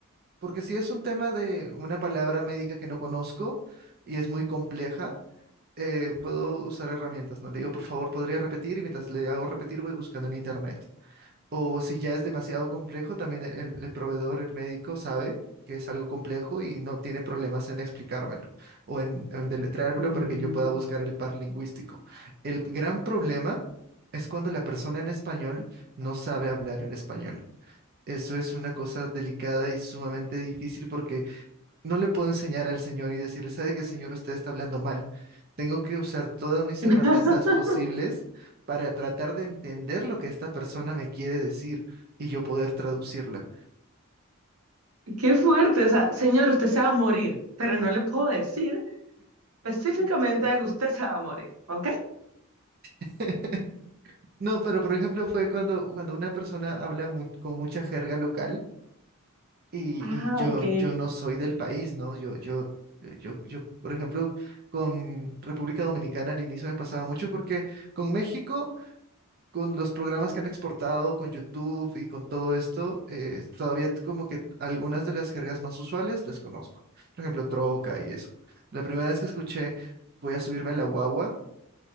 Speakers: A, on the right (about 45°); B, on the right (about 85°).
A: porque si es un tema de una palabra médica que no conozco y es muy compleja, eh, puedo usar herramientas, ¿no? Le digo, por favor, ¿podría repetir? Y mientras le hago repetir, voy buscando en internet. O si ya es demasiado complejo, también el, el- el proveedor, el médico, sabe que es algo complejo y no tiene problemas en explicármelo o en, en deletreármelo
B: Mm.
A: para que yo pueda buscar el par lingüístico. El gran problema es cuando la persona en español no sabe hablar el español. Eso es una cosa delicada y sumamente difícil porque no le puedo enseñar al señor y decirle, ¿sabe qué, señor? Usted está hablando mal. Tengo que usar todas mis
B: <laughs>
A: herramientas posibles para tratar de entender lo que esta persona me quiere decir y yo poder traducirla.
B: Qué fuerte, o sea, señor, usted se va a morir, pero no le puedo decir específicamente que usted se va a morir, ¿ok?
A: <laughs> No, pero por ejemplo fue cuando, cuando una persona habla mu- con mucha jerga local y,
B: Ah,
A: y yo,
B: ok.
A: yo no soy del país, ¿no? Yo, yo, yo, yo, por ejemplo, con República Dominicana al inicio me pasaba mucho porque con México... con los programas que han exportado, con YouTube y con todo esto, eh, todavía como que algunas de las jergas más usuales las conozco. Por ejemplo, troca y eso. La primera vez que escuché, voy a subirme a la guagua,